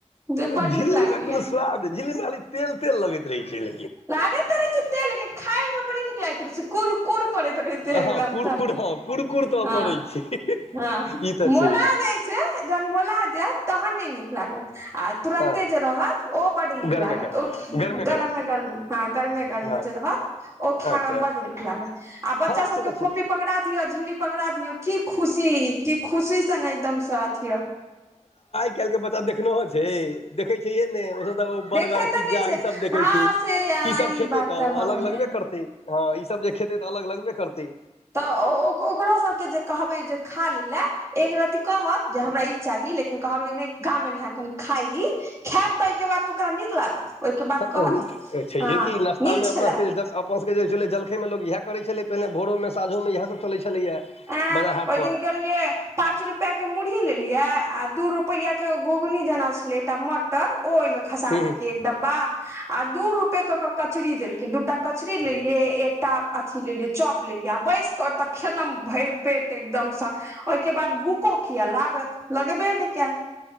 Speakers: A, on the right; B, on the left.
A: जे बड
B: झिल्ली
A: नीक लागैया
B: मे कोनो स्वाद झिल्ली मे खाली तेल तेल लगैत रहै छल
A: लागैते रहे छै तेल खायमे बड़ी नीक लागैत रहै छै कूर कूर करैत रहैत एकदम
B: हँ कुरकुर
A: तऽ
B: हँ कुरकुर तऽ
A: हँ
B: करै छै ई
A: हँ
B: तऽ
A: मोला
B: छै
A: जाइ छै जहन मोला जैत तहन नहि नीक लागत आ तुरन्ते
B: हँ
A: जे रहत ओ बड नीक
B: गरमे
A: लागत
B: गरम
A: ओ गरमे
B: गरम
A: गरमे ह गरमे गरमे
B: हँ
A: जे रहत ओ खाय
B: अच्छा
A: में बड नीक लागत आ बच्चा
B: हँ
A: सब
B: से तऽ
A: के फोफि
B: छै
A: पकड़ पकड़ा दियौ झिल्ली पकड़ा दियौ कि खुशी कि खुशीसँ ने एकदम सँ अथी रह
B: आइ काल्हि के बच्चा देखनेहो छै देखै छहे ने ओ सब बर्गर
A: देखे
B: पिज्जा
A: तऽ नहि छै
B: ई सब देखे
A: हँ
B: छै ई
A: से आ
B: सब
A: ई
B: खेते
A: बात
B: तऽ
A: भऽ
B: अलग
A: गेलै
B: लगबे करते हँ ई सब जे खतै तऽ अलग लगबे करतै
A: तऽ ओ ओकरो सभके जे कहबै जे खा लेल लए एक रती कहत जे हमरा ई चाही लेकिन कहब नहि गाम एल हे कनि खाइी खैत तइहिके बाद त ओकरा नीक लागत ओहिके बाद
B: छैेयै
A: कहत हँ
B: हे कि नाश्तामे
A: नीक छलए
B: अपना सब सब छल जल ए मे लोक इहै करै छलै पहिने भोरमे साँझोमे इह सब चलै छलैए
A: अं
B: बाजार हाट
A: ओहि
B: पर
A: दिन गेलियै पाँच रुपआ के मुरही लेलियै आ दू रुपआ के गोगनी जेना छलै एकटा मटर ओ ओहिमे खसा
B: हूँ
A: देलक एक डब्बा आ दू रूपे के कचरी देलकै दू टा कचड़ी लेलिये एकटा अथी लेलिये चॉप लेलिये आ बैस क ओतऽ खेलम भरि पेट एकदमसँ ओहिके बाद भूखो किया लागत लगबे नहि कैल